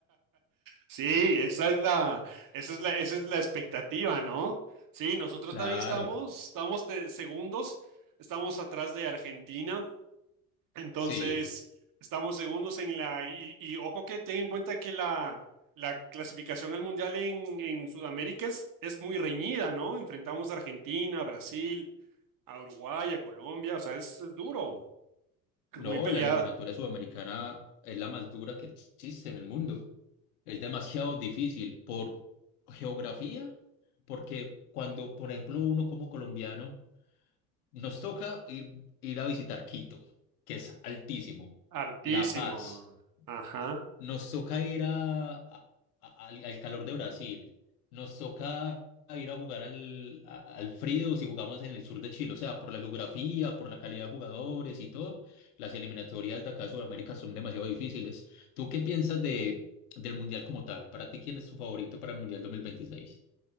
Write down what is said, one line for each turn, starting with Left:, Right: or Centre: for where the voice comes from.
Right: sí, esa es la, esa es la, esa es la expectativa, ¿no? Sí, nosotros
Left: <laughs> claro,
Right: también estamos, estamos de segundos, estamos atrás de Argentina, entonces
Left: sí.
Right: estamos segundos en la, y, y ojo que ten en cuenta que la, la clasificación al mundial en, en Sudamérica es, es muy reñida, ¿no? Enfrentamos a Argentina, a Brasil, a Uruguay, a Colombia, o sea, es, es duro, es
Left: No,
Right: muy peleada.
Left: la eliminatoria sudamericana es la más dura que existe en el mundo. Es demasiado difícil por geografía, porque cuando, por ejemplo, uno como colombiano, nos toca ir, ir a visitar Quito, que es altísimo,
Right: Altísimo.
Left: La Paz,
Right: Ajá.
Left: nos toca ir a, a- a- al, al calor de Brasil. Nos toca ir a jugar al, a- al frío si jugamos en el sur de Chile. O sea, por la geografía, por la calidad de jugadores y todo, las eliminatorias de acá a Sudamérica son demasiado difíciles. ¿Tú qué piensas de, del Mundial como tal? ¿Para ti quién es tu favorito para el Mundial 2026?